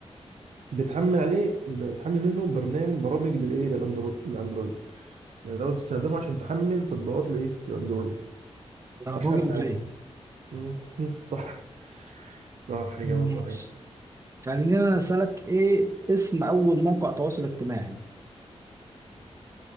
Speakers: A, on the right (about 85°); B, on the right (about 25°).
A: بتحمل عليه بتحمل منه برنامج برامج للايه للأندرو- للاندرويد يعني دوت بتستخدمه عشان تحمل تطبيقات لايه للاندرويد
B: آه،
A: اشهر
B: جوجل
A: حاجة
B: بلاي
A: مم، <laughs> صح صح إجابة
B: ماشي
A: صحيحة
B: خلينا اسألك ايه اسم اول موقع تواصل اجتماعي